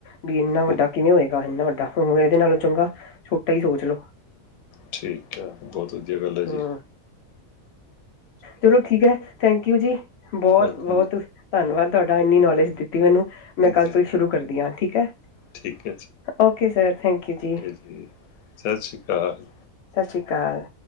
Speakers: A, on the left; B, on the left.
A: ਬੀ ਇੰਨਾ ਵੱਡਾ
B: ਹੂੰ,
A: ਕਿਵੇਂ ਹੋਏਗਾ ਇੰਨਾ ਵੱਡਾ। ਹ ਇਹਦੇ ਨਾਲੋਂ ਚੰਗਾ ਛੋਟਾ ਹੀ ਸੋਚ ਲੋਓ
B: ਠੀਕ ਹੈ ਬਹੁਤ ਵਧੀਆ ਗੱਲ ਹੈ ਜੀ।
A: ਹਮ ਚਲੋ ਠੀਕ ਹੈ ਥੈਂਕ ਯੂ ਜੀ ਬੋਹਤ-ਬੋਹਤ
B: ਵੈਲਕਮ
A: ਧੰਨਵਾਦ ਤੁਹਾਡਾ ਇੰਨੀ ਨੌਲੇਜ ਦਿੱਤੀ ਮੈਨੂੰ ਮੈਂ
B: ਜੀ
A: ਕੱਲ ਤੋਂ ਹੀ ਸ਼ੁਰੂ ਕਰਦੀ ਹਾਂ, ਠੀਕ ਹੈ
B: ਠੀਕ
A: ਓਕੇ ਸਰ ਥੈਂਕ ਯੂ ਜੀ।
B: ਤੇ ਸਸ ਸ੍ਰੀ ਕਾਲ।
A: ਸਸ ਸ੍ਰੀ ਕਾਲ।